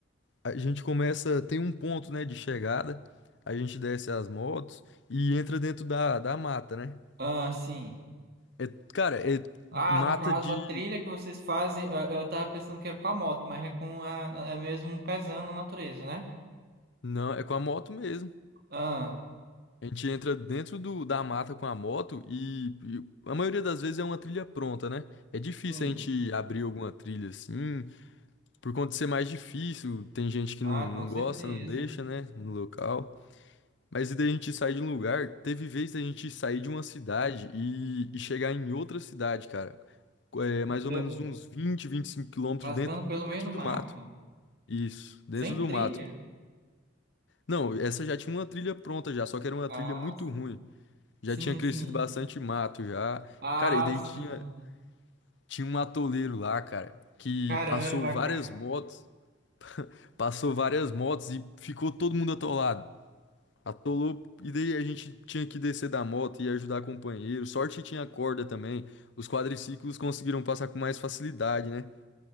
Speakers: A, on the left; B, on the right.
A: a gente começa, tem um ponto, né, de chegada. A gente desce as motos e entra dentro da, da mata, né?
B: Ah, sim.
A: É, cara, é
B: Ah,
A: mata
B: no caso,
A: de.
B: a trilha que vocês fazem, eu, eu tava pensando que era com a moto, mas é com a, é mesmo pesando a natureza, né?
A: Não, é com a moto mesmo.
B: Ah,
A: A gente entra dentro do, da mata com a moto e, e a maioria das vezes é uma trilha pronta, né? É difícil
B: sim.
A: a gente abrir alguma trilha assim, por conta de ser mais difícil. Tem gente que
B: Ah,
A: não, não
B: com certeza.
A: gosta, não deixa, né? No local. Mas e daí a gente sai de um lugar. Teve vez da gente sair de uma cidade e, e chegar em outra cidade, cara. É, mais ou
B: É,
A: menos uns vinte vinte e cinco quilômetros
B: Rasgando
A: dentro,
B: pelo
A: dentro
B: meio do mato,
A: do mato. Isso, dentro
B: sem
A: do
B: trilha.
A: mato. Não, essa já tinha uma trilha pronta já, só que era uma
B: Ah,
A: trilha muito
B: sim.
A: ruim. Já
B: Sim,
A: tinha crescido
B: sim.
A: bastante mato já.
B: Ah,
A: Cara, e daí
B: sim.
A: tinha, tinha um atoleiro lá, cara, que
B: Caramba,
A: passou várias
B: cara.
A: motos, passou várias motos e ficou todo mundo atolado. Atolou, e daí a gente tinha que descer da moto e ajudar companheiro. Sorte que tinha corda também. Os quadriciclos conseguiram passar com mais facilidade, né?